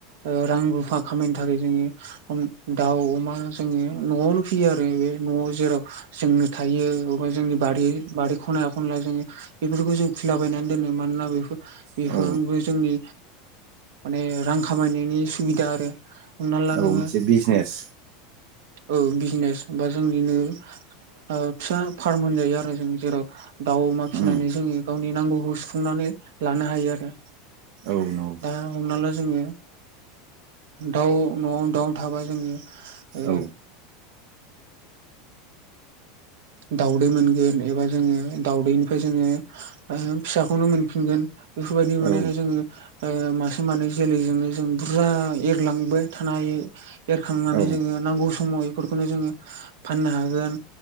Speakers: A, on the right; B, on the right.
A: ओ रां रुफा‌ खामायनो थाखाय जोङो हम दाउ अमा जोङो न'आवनो फियो आरो बे न'आव जेराव जोंनो थायो अबबा जोंनि बारि बारि खना खनला जोङो बेफोरखौ जों फिलाबायनानै दोनो मा मानोना बेफोर बेफोरबो
B: औ
A: जोंनि माने रां खामायनायनि सुबिदा आरो हमना ला
B: औ
A: नोङो
B: मोनसे बिजनेस
A: औ बिजनेस बा जोंनिनो ओ फिसा फार्म होनजायो आरो जों जेराव दाउ अमा फिसिनानै
B: उम
A: जोङो गावनि नांगौखौ सुफुंनानै लानो हायो आरो
B: औ नंगौ।
A: दा हमना ला जोङो दाउ न'आव दाउ थाबा जोङो ओ
B: औ
A: दाउदै मोनगोन एबा जोङो दाउदैनिफ्राय जोङो फिसाखौनो मोनफिनगोन। बेफोरबायदि माने
B: औ
A: जोङो ओ मासे मानै जोलैजोंनो जों बुरजा एरलांबो थानो हायो। एरखांनानै
B: औ
A: जोङो नांगौ समाव इफोरखौनो जोङो फाननो हागोन।